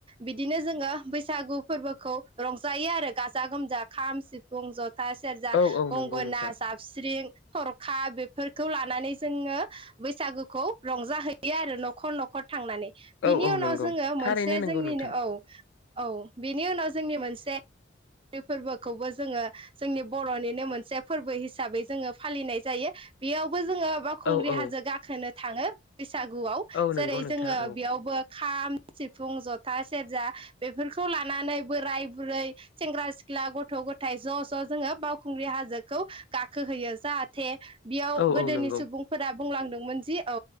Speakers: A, on the right; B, on the left.
A: बिदिनो जोङो बैसागु फोरबोखौ रंजायो आरो गाजा गोमजा खाम, सिफुं, जथा, सेरजा,
B: औ औ
A: गंगोनना,
B: नंगौ नोंथां
A: जाबस्रिं, थरखा बेफोरखौ लानानै जोङो बैसागुखौ रंजाहैयो आरो न'खर न' थांनानै बिनि
B: औ औ
A: उनाव
B: नंगौ
A: जोङो
B: थारैनो
A: मोनसे
B: नंगौ
A: जोंनिनो
B: नोंथां
A: औ औ बिनि उनाव जोंनि मोनसे फोरबोखौबो जोङो जोंनि बर'निनो मोनसे फोरबो हिसाबै जोङो फालिनाय जायो बेयाव जोङो बावखुंग्रि
B: औ औ
A: हाजो गाखोनो थाङो। बैसागुआव
B: औ
A: जेरै
B: नंगौ नोंथां
A: जोङो
B: औ
A: बेयावबो खाम, सिफुं, जथा, सेरजा बेफोरखौ लानानै बोराय बुरै सेंग्रा सिख्ला गथ' गथाय ज' ज' जोङो बावखुंग्रि हाजोखौ गाखो होयो जाहाथे बेयाव
B: औ
A: गोदोनि
B: औ नंगौ
A: सुबुंफोरा बुंलांदोंमोन जि औ